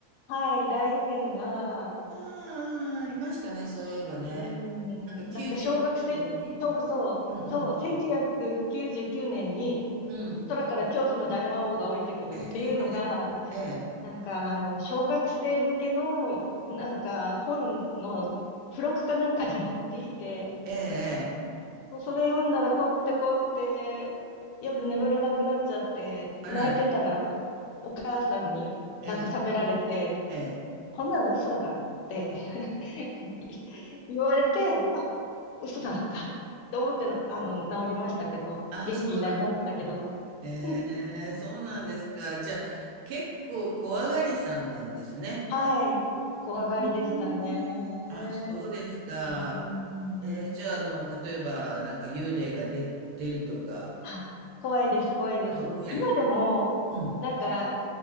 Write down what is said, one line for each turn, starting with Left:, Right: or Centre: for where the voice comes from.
Left: はい、大予言が、う
Right: あ、ありましたね、そういえばね。
Left: ーん、
Right: なんか99年に
Left: なんか小学生、そうそう、
Right: うんうんうん。
Left: そう、1999年に、
Right: うん。
Left: 空から恐怖の大魔王が降りてくるっていうのが、
Right: ええ、ええ、ええ。ええ
Left: なんかあの、小学生向けの、なんか本の付録かなんかに載っていて、
Right: ええええ。
Left: もうそれ読んだら怖くて怖くて、夜眠れなくなっちゃって、
Right: あらら。
Left: 泣いてたらお母さんに慰められて、
Right: ええ、ええ。
Left: こんなの嘘だからって <laughs> い言われて、あ、嘘なのか。と思っての、あの、治りましたけど、
Right: ああ、
Left: 元気になりましたけど。
Right: そうなんですね。へえ、
Left: うん
Right: そうなんですか。じゃあ、結構怖がりさんなんですね。
Left: はい。怖がりでしたね。
Right: うーん。あ、そうですか。
Left: うん。
Right: えー、じゃあ、あの、例えば、なんか幽霊がで出るとか、
Left: あ、怖いです、怖いです。
Right: あの、怖いです。
Left: 今でも、
Right: うん。
Left: なんか、